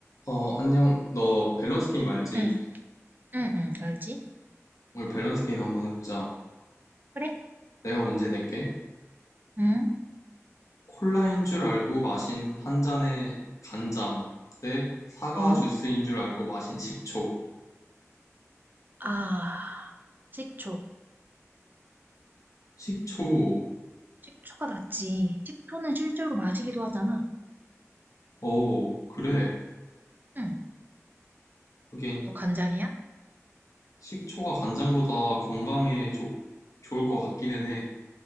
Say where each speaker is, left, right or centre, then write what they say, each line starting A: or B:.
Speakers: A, on the left; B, on the right.
A: 어, 안녕. 너 밸런스 게임 알지?
B: 응,
A: 네.
B: 응, 응, 알지?
A: 오늘 밸런스 게임 한번 해보자.
B: 그래?
A: 내가 문제 낼게.
B: 응,
A: 콜라인 줄 알고 마신 한 잔의 간장 대 사과
B: 어?
A: 주스인 줄 알고 마신 식초.
B: 아, 식초.
A: 식초.
B: 식초가 낫지. 식초는 실제로 마시기도 하잖아.
A: 어, 그래.
B: 응,
A: 하긴
B: 너 간장이야?
A: 식초가 간장보다 건강에 좋 좋을 것 같기는 해.